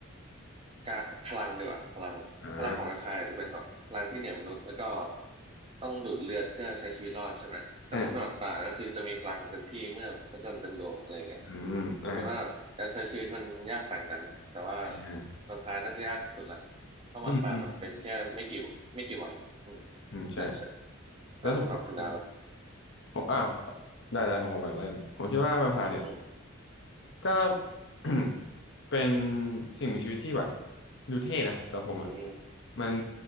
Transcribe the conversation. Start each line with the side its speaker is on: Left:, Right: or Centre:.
Right: กะพลังดีกว่าพลังพลังของแวมไพร์จะเป็นแบบพลังที่เหนือมนุษย์แล้วก็
Left: อ่า
Right: ต้องดูดเลือดเพื่อใช้ชีวิตรอดใช่ไหมแต่มนุษย์หมาป่าก็คือจะมีพลังเต็มที่เมื่อพระจันทร์เต็มดวงอะไรเงี้ย
Left: อ่าอืมอ่า
Right: ผมคิดว่าการใช้ชีวิตมันยากต่างกันนะแต่ว่า
Left: อ่า
Right: แวมไพร์น่าจะยากสุดละเพราะหมาป่ามันเป็นแค่ไม่กี่ไม่กี่วันอ่ะอืม
Left: อืมอืมอืมใช่
Right: ใช่ใช่
Left: แล้วสมมติ
Right: แล้วสำหรับคุณดาบอะ
Left: ผมอ่าได้ได้ของผมก่อนเริ่มผมคิดว่าแวมไพร์เนี่ย
Right: อืม
Left: ก็ <clears throat> เป็นสิ่งมีชีวิตที่แบบดูเท่นะสำหรับผมอ่ะ
Right: อืม
Left: มัน